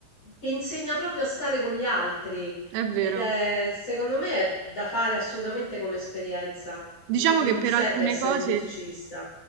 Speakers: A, on the left; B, on the right.
A: che insegna proprio a stare con gli altri.
B: è vero.
A: Ed è, secondo me, è da fare assolutamente come esperienza.
B: Diciamo
A: Non, non
B: che per
A: serve
B: alcune
A: essere
B: cose
A: un musicista.